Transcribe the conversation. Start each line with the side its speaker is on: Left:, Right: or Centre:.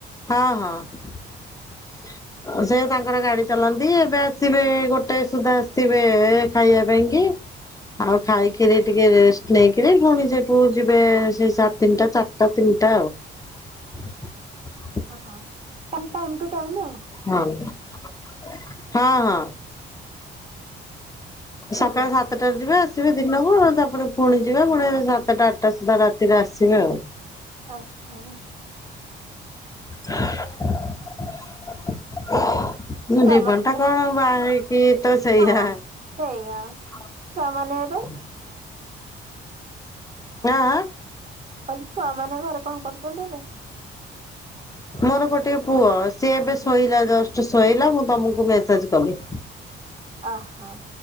Left: ହଁ ହଁ <inaudible> ସେ ତାଙ୍କର ଗାଡି ଚଲାନ୍ତି, ଏବେ ଆସିବେ ଗୋଟଏ ସୁଦ୍ଧା ଆସିବେ ଏ ଖାଇଆ ପାଇଁ କି ଆଉ ଖାଇ କିରି ଟିକେ ରେଷ୍ଟ ନେଇକିରି ପୁଣି ସେଠୁ ଯିବେ ସେଇ ସା ତିନିଟା ଚାରିଟା ତିନିଟା ଆଉ। <inaudible>
Right: ହଁ ତାଙ୍କ ଟାଇମ୍ ଟୁ ଟାଇମ୍ ଆଉ।
Left: ହଁ <inaudible> ହଁ ହଁ।
Right: ଭଲ
Left: ସକାଳେ ସାତଟାରେ ଯିବେ ଆ ସେ ବି ଦିନକୁ ଦ ପୁଣି ଯିବେ ପୁଣି ସା ସାତେଟା ଆଠେଟା ସୁଦ୍ଧା ରାତିରେ ଆସିବେ ଆଉ।
Right: ଆଚ୍ଛା।
Left: <unintelligible> ମୋ
Right: ଛୁଆମାନେ
Left: ଜୀବନଟା କଣ ବାହା ହେଇ କି ତ ସେଇଆ।
Right: ହଁ ସେଇଆ
Left: <inaudible>
Right: ଛୁଆମାନେ ଏବେ
Left: ଆଁ ଆଁ।
Right: କହିଲି ଛୁଆ ମାନେ ଘରେ କଣ କରୁଛନ୍ତି ଏବେ?
Left: ମୋର ଗୋଟିଏ ପୁଅ ସିଏ ଏବେ ଶୋଇଲା ଜଷ୍ଟ୍ ଶୋଇଲା ମୁଁ ତମକୁ ମେସେଜ୍ କଲି।
Right: ଆହା।